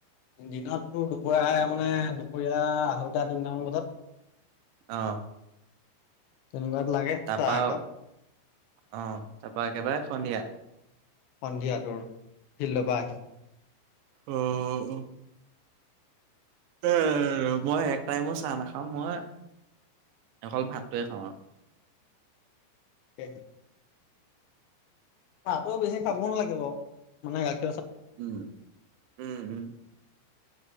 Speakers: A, on the left (about 80°); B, on the right (about 85°).
A: দিনত তোৰ দুপৰীয়া মানে দুপৰীয়া আঢ়ৈটা তিনটামান বজাত। <inaudible>
B: অ
A: তেনেকুৱাত লাগে
B: তাৰপা
A: চাহ একাপ
B: অ তাৰপা একেবাৰে সন্ধিয়া?
A: সন্ধিয়াটোৰ ফিল্ডৰ পৰা আহি।
B: অ অ এ মই এক টাইমো চাহ নাখাম মই অকল ভাতটোৱে খাওঁ আৰু
A: হে হে চাহটোও বেছি খাবও নালাগে বাৰু মানে গাখীৰ
B: উম উম উম